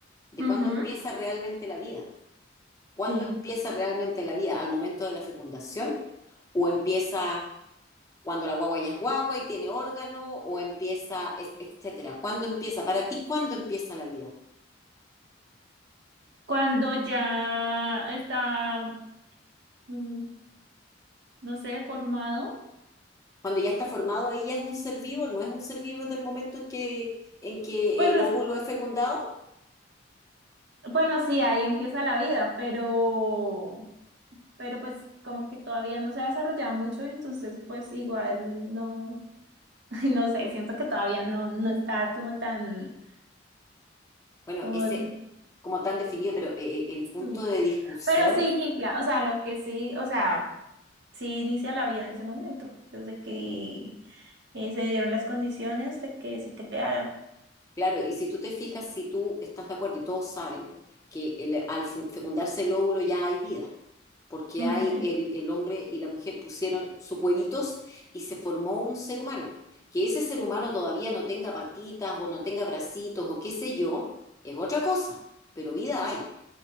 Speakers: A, on the left; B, on the right.
A: de
B: Ujú,
A: cuándo empieza realmente la vida. ¿Cuándo
B: Sí.
A: empieza realmente la vida? ¿Al momento de la fecundación? ¿O empieza cuando la guagua ya es guagua y tiene órgano o empieza, es- etcétera. ¿Cuándo empieza? Para ti, ¿cuándo empieza la vida?
B: Cuando ya está, mm, no sé, formado.
A: Cuando ya está formado, ahí ya es un ser vivo, no es un ser vivo desde el momento en que, en que
B: Pues,
A: el
B: es-
A: óvulo es fecundado.
B: bueno, sí, ahí empieza la vida, pero, pero pues como que todavía no se ha desarrollado mucho, entonces pues igual no. Ay, no sé, siento que todavía no, no está como tan,
A: Bueno,
B: como,
A: ese como tan definido, pero eh, eh, el punto
B: sí.
A: de discusión
B: Pero sí inicia, o sea, lo que sí, o sea, sí inicia la vida en ese momento, desde que eh, se dieron las condiciones de que se creara.
A: Claro, y si tú te fijas, si tú estás de acuerdo y todos saben que el- al fu- fecundarse el óvulo ya hay vida, porque
B: Ujú.
A: hay el, el hombre y la mujer pusieron sus huevitos y se formó un ser humano. Que ese ser humano todavía no tenga patitas o no tenga bracitos o qué sé yo, es otra cosa, pero vida hay.